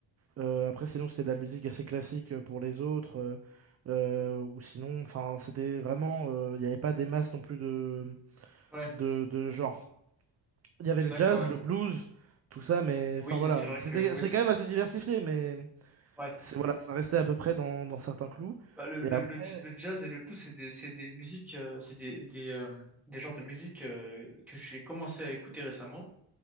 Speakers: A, on the right (about 35°); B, in the centre.
A: Euh, après, sinon, c'était de la musique assez classique euh, pour les autres. euh, euh, ou sinon, enfin, c'était vraiment. euh, Il n'y avait pas des masses non plus de,
B: ouais,
A: de, de genre. Il y avait le
B: d'accord,
A: jazz,
B: ouais.
A: le blues, tout ça, mais
B: Oui,
A: enfin voilà.
B: c'est vrai
A: C'était,
B: que ouais,
A: c'est
B: c'est-
A: quand même assez diversifié, mais
B: ouais.
A: c'est, voilà, ça restait à peu près dans, dans certains clous.
B: Bah, le,
A: Et
B: le,
A: après,
B: le, j- le jazz et le blues, c'est des, c'est des musiques, euh, c'est des, des, euh, des genres de musique euh, que j'ai commencé à écouter récemment.